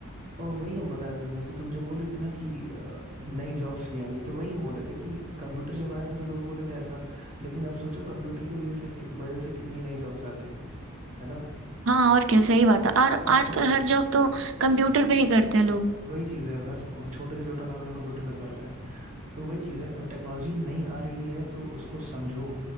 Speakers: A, on the right; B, on the right.
A: और वही हम बता रहे थे तुमको तुम जो बोल रही थी ना कि अ, नई जॉब्स भी आएंगी तो वही हम बोल रहे थे कि कंप्यूटर जब आया था तो लोग बोले थे ऐसा लेकिन अब सोचो कंप्यूटर की वजह से कि- वजह से कितनी नई जॉब्स आ गई है ना
B: हाँ और क्या सही बात है और
A: आजकल
B: आजकल हर जॉब तो कंप्यूटर पे ही करते हैं लोग
A: वही चीज़ है हर को- छोटे से छोटा काम लोग कंप्यूटर पे कर रहे हैं तो वही चीज़ है टेक्नोलॉजी नई आ रही है तो उसको समझो